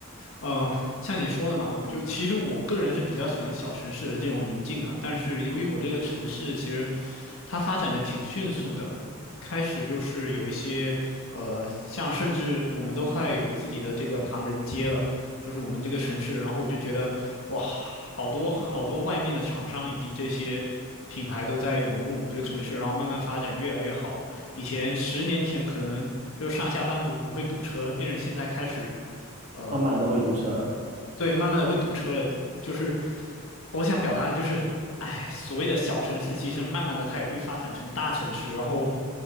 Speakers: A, on the left; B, on the right.
A: 呃，像你说的嘛，我就其实我个人是比较喜欢小城市的这种宁静的，但是由于我这个城市其实它发展的挺迅速的，开始就是有一些呃，像甚至我们都快有自己的这个唐人街了，就是我们这个城市。然后我就觉得哇，好多好多外面的厂商以及这些品牌都在涌入我们这个城市，然后慢慢发展越来越好。以前十年前可能就是上下班不不会堵车，变成现在开始呃
B: 慢慢的会堵车了。
A: 对，慢慢的会堵车了。就是我想表达的就是，哎，所谓的小城市，其实慢慢的它也会发展成大城市。然后